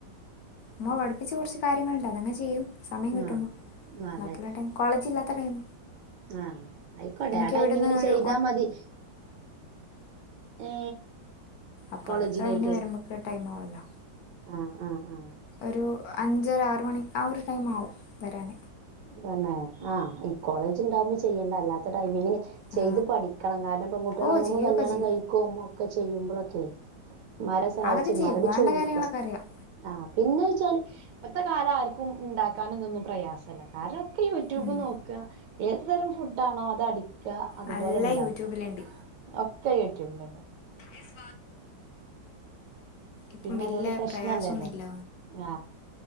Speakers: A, on the left; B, on the right.
A: അമ്മ പഠിപ്പിച്ച കൊറച്ച് കാര്യങ്ങളൾണ്ട് അതങ്ങനെ ചെയ്യും സമയം കിട്ടുമ്പോ
B: ആ
A: ബാക്കുള്ള ടൈം കോളേജ് ഇല്ലാത്ത ടൈം
B: ആഹ് ആയിക്കോട്ടെ
A: എനിക്ക്
B: ആ ടൈമിങ്ങിന്
A: ഇവിടുന്ന് ഒരു
B: ചെയ്താ മതി ഏ
A: അപ്പൊ
B: കോളേജിലോട്ട്
A: അതൊക്കെ കഴിഞ്ഞ് വരുമ്പോക്ക ടൈം ആവല്ലോ
B: ആ ഉ ഉ
A: ഒരു അഞ്ചര ആറു മണി ആ ഒരു ടൈം ആവും വരാൻ
B: തന്നെ ആഹ ഈ കോളേജ് ഉണ്ടാവുമ്പോ ചെയ്യേണ്ട അല്ലാത്ത ടൈമി ഇങ്ങനെ
A: ആ
B: ചെയ്ത് പഠിക്കണം കാരണം പെൺകുട്ടികൾ
A: ഓ
B: അമ്മമ്മ
A: ചെയ്യുകയൊക്കെ
B: കല്യാണം
A: ചെയ്യും
B: കഴിക്കുവ അമ്മ ഒക്കെ ചെയ്യുമ്പോളൊക്കെ ഇമ്മാരെ സഹായിച്
A: അതൊക്കെ
B: ഇമ്മാരോട്
A: ചെയ്യും വേണ്ട
B: ചോദിക്കുവാൻ
A: കാര്യങ്ങളൊക്കെ അറിയാം
B: ആ പിന്നെ വെച്ചാല് ഇപ്പത്തെ കാലം ആർക്കും ഉണ്ടാക്കാന ഇതൊന്നും പ്രയാസമല്ല കാരണംക്കെ യൂട്യൂബ്
A: ഉം
B: നോക്ക ഏത് തരം ഫുഡ ആണോ അത് അടിക്കുക അതുപോലെ
A: നല്ല
B: ഉണ്ടാക്ക
A: യൂട്യൂബിലുണ്ട്
B: ഒക്കെട്ട യൂട്യൂബ്ല്ണ്ട്
A: ഇപ്പം
B: പിന്നെ
A: വല്യ
B: അതുകൊണ്ട് പ്രശ്നല്ലല്ലോ
A: പ്രയാസമൊന്നുമില്ല
B: ആ